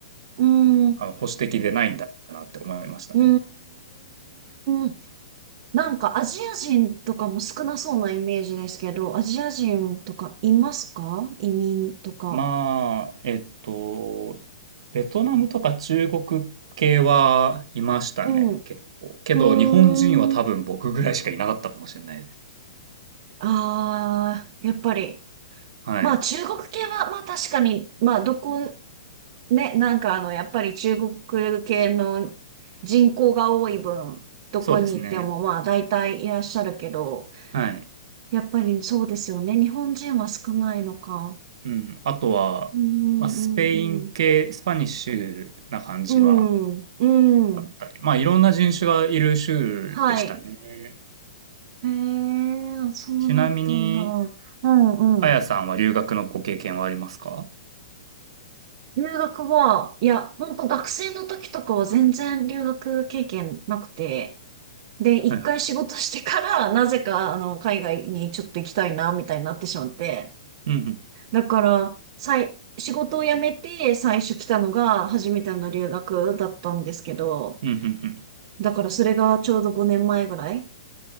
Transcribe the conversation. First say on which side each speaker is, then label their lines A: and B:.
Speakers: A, on the right; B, on the right.
A: うん、う
B: あの、保守的でないんだなって思いましたね。
A: ーん。なんかアジア人とかも少なそうなイメージですけど、アジア人とかいますか移民とか。
B: まあ、えっと、ベトナムとか中国系はいましたね、
A: うん。
B: 結構。けど、
A: うーん。
B: 日本人は多分僕ぐらいしかいなかったかもしれないです。
A: ああ、やっぱり。
B: はい。
A: まあ中国系は、まあ確かに、まあどこ、ね、なんかあの、やっぱり中国系の人口が多い分、どこに行ってもまあ大体いらっしゃるけど、
B: そうですね。はい。
A: やっぱりそうですよね。日本人は少ないのか。
B: うん。あとは、
A: うんうんうん
B: まあ、スペイン系、スパニッシュな感じは
A: うん。うん、うん。
B: あったり。まあ、いろんな人種がいる州でしたね。
A: はい。へえ、そうなったんだ。
B: ちなみに、
A: うんうん。
B: あやさんは留学のご経験はありますか
A: 留学は、いや、本当学生の時とかは全然留学経験なくて、で、
B: はいはい。
A: 一回仕事してから、<laughs> なぜか、あの、海外にちょっと行きたいな、みたいになってしまって。
B: うんうん。
A: だから、さい、仕事を辞めて最初来たのが初めての留学だったんですけど、
B: うんうんうん。
A: だからそれがちょうど5年前ぐらい